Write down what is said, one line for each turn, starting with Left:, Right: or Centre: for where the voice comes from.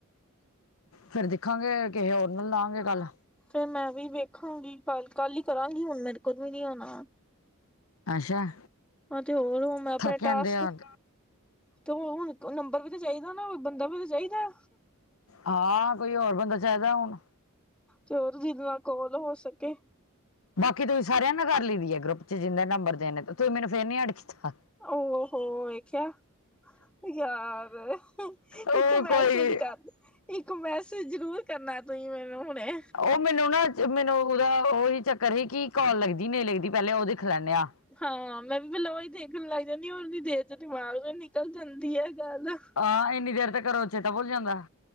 Left: ਫਿਰ ਦੇਖਾਂਗੇ ਕਿਸੇ ਹੋਰ ਨਾਲ ਲਾਵਾਂਗੇ ਕੱਲ।
Centre: ਫਿਰ ਮੈਂ ਵੀ ਵੇਖਾਂਗੀ ਕੱਲ, ਕੱਲ ਹੀ ਕਰਾਂਗੀ ਹੁਣ ਮੇਰੇ ਕੋਲ ਵੀ ਨਹੀ ਹੋਣਾ।
Left: ਅੱਛਾ
Centre: ਹਜੇ ਹੋਰ ਮੈਂ ਆਪਣੇ
Left: ਥੱਕ ਜਾਂਦੇ
Centre: ਟਾਸਕ
Left: ਆ
Centre: ਤੇ ਉਹ ਹੁਣ ਨੰਬਰ ਵੀ ਤਾਂ ਚਾਹੀਦਾ ਨਾ ਬੰਦਾ ਵੀ ਤਾਂ ਚਾਹੀਦਾ
Left: ਹਾਂ ਕੋਈ ਹੋਰ ਬੰਦਾ ਚਾਹੀਦਾ ਹੁਣ
Centre: ਤੇ ਹੋਰ ਜਿਦੇ ਨਾਲ ਕੋਲ ਹੋ ਸਕੇ
Left: ਬਾਕੀ ਤੁਸੀਂ ਸਾਰਿਆਂ ਨਾਲ ਕਰ ਲਈਦੀ ਹੈ ਗਰੁੱਪ 'ਚ ਜਿੰਨੇ ਨੰਬਰ ਦੇ ਨੇ ਤੁਸੀਂ ਮੈਨੂੰ ਫਿਰ ਨੀ ਐੱਡ ਕੀਤਾ।
Centre: ਓ ਹੋ ਵੇਖਿਆ। ਯਾਰ,
Left: ਉਹ
Centre: ਇੱਕ ਮੈਸੇਜ
Left: ਕੋਈ
Centre: ਕਰਦੇ। ਇੱਕ ਮੈਸੇਜ ਜ਼ਰੂਰ ਕਰਨਾ ਤੁਸੀਂ ਮੈਨੂੰ ਹੁਣੇ।
Left: ਉਹ ਮੈਨੂੰ ਨਾ ਮੈਨੂੰ ਉਹਦਾ ਉਹੀ ਚੱਕਰ ਸੀ ਕਿ ਕਾਲ ਲੱਗਦੀ ਨਹੀਂ ਲੱਗਦੀ ਪਹਿਲੇ ਉਹ ਦੇਖ ਲੈਂਦੇ ਆ।
Centre: ਹਾਂ ਮੈਂ ਵੀ ਪਹਿਲਾ ਉਹੀ ਦੇਖਣ ਲੱਗ ਜਾਂਦੀ ਉਹਨੀਂ ਦੇਰ ਚ ਦਿਮਾਗ ਨਿਕਲ ਜਾਂਦੀ ਹੈ ਗੱਲ।
Left: ਹਾਂ ਇੰਨੀ ਦੇਰ ਤੱਕ ਕਰੋ ਚੇਤਾ ਭੁੱਲ ਜਾਂਦਾ।